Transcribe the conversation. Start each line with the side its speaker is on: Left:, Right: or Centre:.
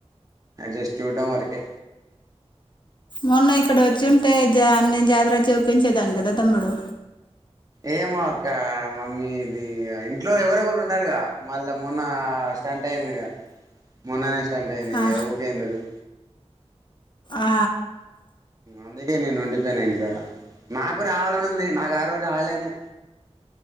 Right: జస్ట్ చూడ్డం వరకే
Left: మొన్న ఇక్కడ వచ్చింటే జ అన్ని జాతర చూపించేదాన్ని కదా తమ్ముడు
Right: ఏమో ఒకక్క మమ్మీ ఇది ఇంట్లో ఎవర ఒకరు ఉండాలిగా మళ్ళా మొన్న స్టంట్ అయింది మొన్ననే టయి
Left: ఆ
Right: ఏ ఊగాయికు
Left: ఆ
Right: అందుకే నేను ఉండిపోయినా ఇంటికాడ నాకు రావాలని ఉంది నాకు ఆ రోజు వాడలేనే